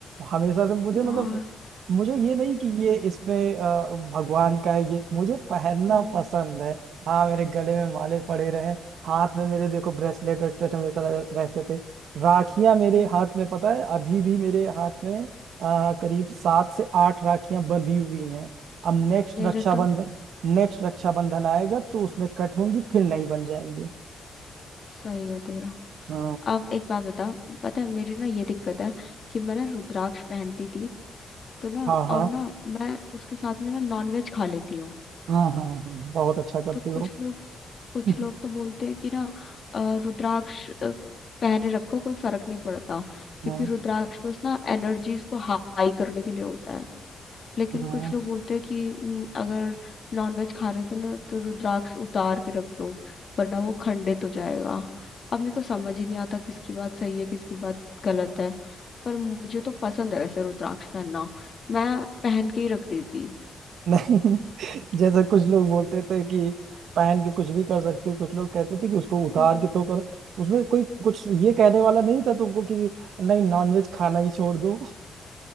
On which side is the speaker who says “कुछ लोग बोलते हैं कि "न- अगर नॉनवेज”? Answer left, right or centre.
Left